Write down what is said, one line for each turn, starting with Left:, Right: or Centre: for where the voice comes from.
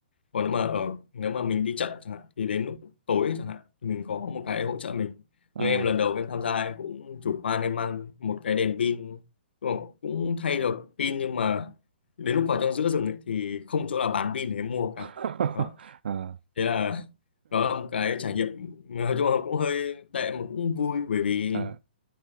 Left: còn nếu mà ở nếu mà mình đi chậm chẳng hạn thì đến lúc tối chẳng hạn thì mình có một cái hỗ trợ mình
Right: à.
Left: như em lần đầu em tham gia em cũng chủ quan em mang một cái đèn pin nhưng mà cũng thay được pin nhưng mà đến lúc vào trong giữa rừng ấy, thì không chỗ nào bán pin để em mua cả
Right: <laughs>
Left: đó thế là <laughs> đó là một cái trải nghiệm nói chung là cũng hơi tệ mà cũng vui bởi vì
Right: à. <laughs>